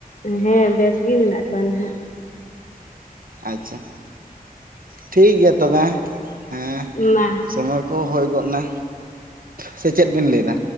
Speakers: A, on the left; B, on the right.
A: ᱦᱮᱸ ᱵᱮᱥ ᱜᱮ ᱢᱮᱱᱟᱜ ᱠᱚᱣᱟ ᱱᱟᱦᱟᱜ ᱾
B: ᱟᱪᱪᱷᱟ ᱴᱷᱤᱠ ᱜᱮᱭᱟ ᱛᱚᱵᱮ ᱦᱮᱸ ᱾
A: ᱢᱟ,
B: ᱥᱚᱢᱚᱭ ᱠᱚ ᱦᱳᱭ ᱜᱚᱫᱼᱱᱟ ᱥᱮ ᱪᱮᱫ ᱵᱤᱱ ᱞᱟᱹᱭ ᱮᱫᱟ?